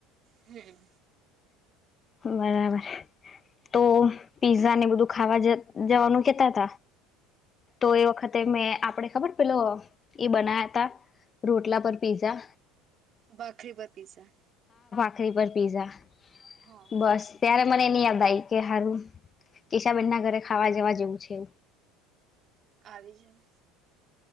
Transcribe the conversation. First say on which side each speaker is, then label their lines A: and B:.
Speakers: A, on the right; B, on the left.
A: હમ
B: બરાબર. તો પીઝા ને બધું ખાવા જવાનું કેતા તા તો એ વખતે મેં આપડે ખબર પેલો એ બના્યા તા રોટલા પર પીઝા.
A: ભાખરી પર પીઝા.
B: ભાકરી પર પિઝા.
A: હા
B: બસ ત્યારે મને એને યાદ આવી કે સારું કેશાબેન ના ઘરે ખાવા જવા જેવું છે એવું
A: આવી જાઓ.